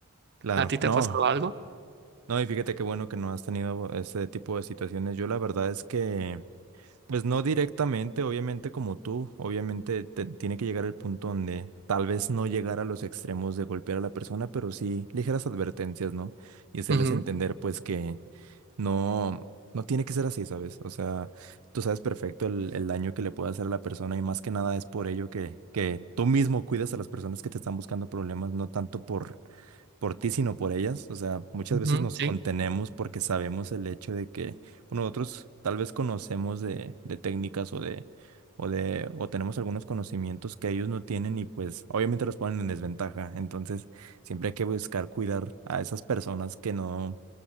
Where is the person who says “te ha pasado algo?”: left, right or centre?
Right